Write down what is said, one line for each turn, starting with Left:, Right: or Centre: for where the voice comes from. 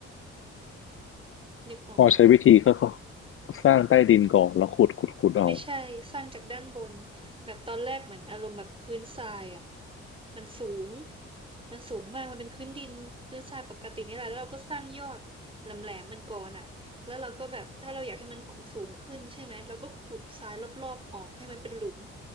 Right: นึกออกไหม
Left: พอใช้วิธีก็ก็สร้างใต้ดินก่อนแล้วขุดขุดขุดเอา
Right: ไม่ใช่สร้างจากด้านบนแบบตอนแรกเหมือนอารมณ์แบบพื้นทรายอะ มันสูงมันสูงมากมันเป็นพื้นดินพื้นทรายปกตินี่แหละแล้วเราก็สร้างยอดแหลมแหลมมันก่อนอ่ะแล้วเราก็แบบถ้าเราอยากให้มันสูงขึ้นใช่ไหมเราก็ขุดทรายรอบๆออกให้มันเป็นหลุม